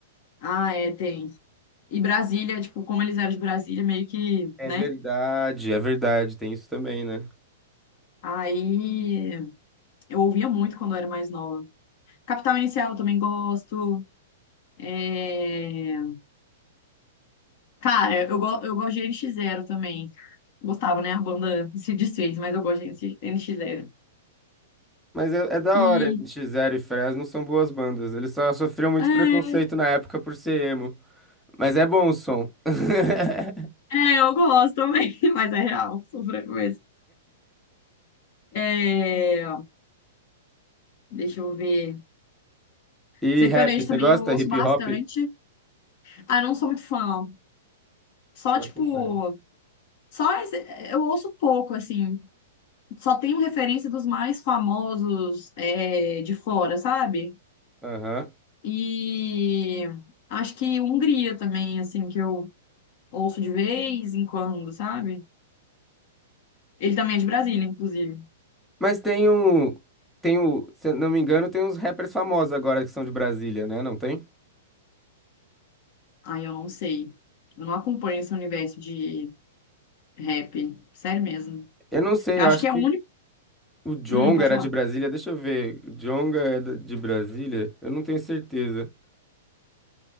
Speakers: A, on the left; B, in the centre.
A: ah, é, tem. E Brasília, tipo, como eles eram de Brasília, meio que,
B: É
A: né?
B: verdade, é verdade, tem isso também, né?
A: Aí eu ouvia muito quando eu era mais nova. Capital Inicial eu também gosto. É... Cara, eu, go eu gosto de NX Zero também. Gostava, né? A banda se desfez, mas eu gosto de NX Zero.
B: Mas é, é da
A: E,
B: hora, NX0 e Fresno são boas bandas. Eles só sofriam muito
A: é,
B: preconceito na época por ser emo. Mas é bom o som. <laughs>
A: É, eu gosto também, <laughs> mas é real, sou franco mesmo. É, deixa eu ver.
B: E
A: Sertanejo
B: rap, você
A: também
B: gosta?
A: eu ouço
B: Hip
A: bastante.
B: hop?
A: Ah, não sou muito fã. Só,
B: Bota
A: tipo,
B: fé.
A: só esse- eu ouço pouco, assim. Só tenho referência dos mais famosos, é, de fora, sabe?
B: Aham.
A: E acho que Hungria também, assim, que eu ouço de vez em quando, sabe? Ele também é de Brasília, inclusive.
B: Mas tem o. Tem o. Se eu não me engano, tem uns rappers famosos agora que são de Brasília, né? Não tem?
A: Ah, eu não sei. Eu não acompanho esse universo de Rap, sério mesmo.
B: Eu não sei,
A: Eu
B: eu
A: acho
B: acho
A: que é
B: que
A: o único.
B: o Djonga
A: Hum, pode
B: era
A: falar.
B: de Brasília. Deixa eu ver. O Djonga é da- de Brasília? Eu não tenho certeza.